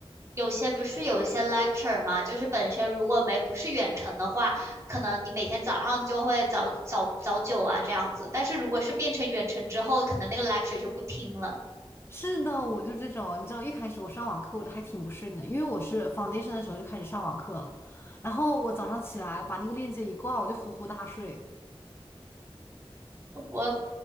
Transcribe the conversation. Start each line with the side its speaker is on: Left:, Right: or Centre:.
Right: 有些不是有一些 lecture 嘛，就是本身如果没不是远程的话，可能你每天早上就会早早早九啊这样子，但是如果是变成远程之后，可能那个 lecture 就不听了。
Left: 是的，我就这种，你知道一开始我上网课我就还挺不适应的，因为我是 foundation 的时候就开始上网课了，然后我早上起来把那个链接一挂，我就呼呼大睡。
Right: 我